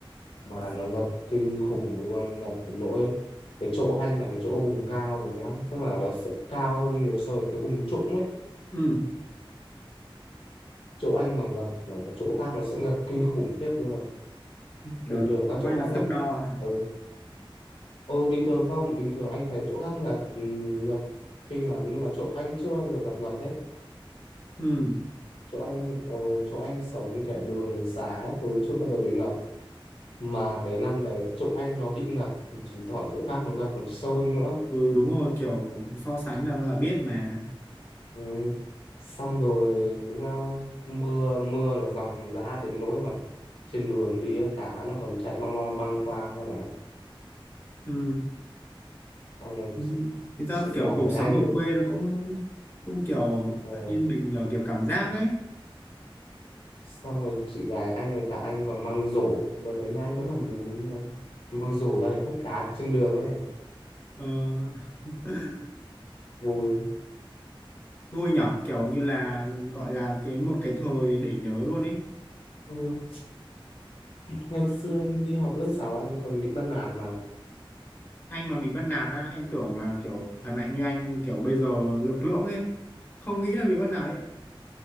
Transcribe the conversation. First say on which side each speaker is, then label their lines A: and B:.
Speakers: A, on the left; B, on the left.
A: mà nó ngập kinh khủng luôn ngập đến nỗi cái chỗ anh là cái chỗ vùng cao rồi nhá tức là nó sẽ cao hơn nhiều so với cái vùng trũng ấy
B: ừ
A: chỗ anh mà ngập là cái chỗ khác nó sẽ ngập kinh khủng khiếp luôn
B: kiểu
A: bình thường các
B: quay
A: chỗ
B: là
A: khác ngập
B: thước đo hả
A: ừ. ừ bình thường không bình thường anh thấy chỗ khác ngập ừ, ngập kinh lắm nhưng mà chỗ anh chưa bao giờ gặp ngập hết
B: ừ
A: chỗ anh ờ, chỗ anh sống kẻ đường xá thứ chưa bao giờ bị ngập mà cái năm đấy chỗ anh nó bị ngập thì chứng tỏ chỗ khác nó ngập còn sâu hơn nữa
B: ừ đúng rồi kiểu so sánh là, là biết mà
A: Ừ. Xong rồi nhá, mưa mưa là dòng dã đến nỗi mà trên đường đi á, cá nó còn chạy băng băng băng qua cơ mà
B: ừ
A: xong rồi
B: Ừ. Thực ra
A: chị
B: kiểu
A: gái
B: cuộc sống
A: anh
B: ở
A: rồi
B: quê nó cũng cũng kiểu
A: ờ,
B: yên bình nhờ kiểu cảm giác ấy
A: xong rồi chị gái anh rồi cả anh còn mang rổ đợt đấy nhá anh vẫn làm bún thôi mang rổ ra để hút cá trên đường ấy
B: ờ, <laughs>
A: vui
B: vui nhỏ kiểu như là gọi là cái một cái thời để nhớ luôn ấy
A: ừ. ngày
B: ừ,
A: xưa
B: ừ.
A: anh đi học lớp 6 anh còn bị bắt nạt mà
B: anh mà bị bắt nạt á em tưởng là kiểu khỏe mạnh như anh kiểu bây giờ lực lượng ấy không nghĩ là bị bắt nạt ấy